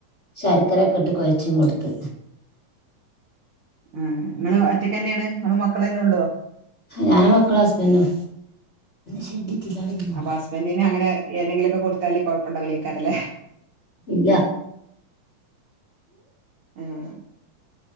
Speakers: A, on the left (about 25°); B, on the right (about 55°).
A: ശർക്കരയൊക്കെ ഇട്ട് കൊഴച്ചും കൊടുത്ത്
B: ഉം നിങ്ങള്ൾ ഒറ്റയ്ക്ക് തന്നെയാണ് നിങ്ങളും മക്കളന്നെ ഉള്ളോ
A: ഞാന് മക്കളും ഹസ്ബൻഡും. ഷെഡിട്ടില്ലാടിരുന്നോ
B: അപ്പൊ ഹസ്ബന്റിന് അങ്ങന ഏതെങ്കിലൊക്കെ കൊടുത്താല് കുഴപ്പണ്ടാവല്ലോക്കാര അല്ലേ.
A: ഇല്ല
B: ഉം